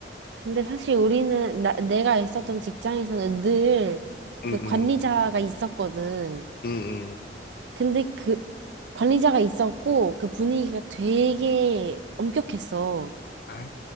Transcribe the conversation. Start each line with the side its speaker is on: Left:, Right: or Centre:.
Right: 근데 사실 우리는, 나, 내가 있었던 직장에서는 늘
Left: 응응
Right: 그 관리자가 있었거든.
Left: 응응
Right: 근데 그 관리자가 있었고 그 분위기가 되게 엄격했어.
Left: 아